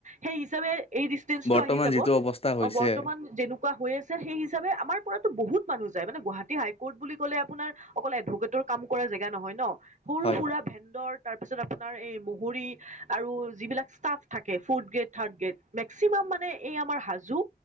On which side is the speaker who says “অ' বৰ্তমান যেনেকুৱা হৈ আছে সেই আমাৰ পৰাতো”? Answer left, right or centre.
Right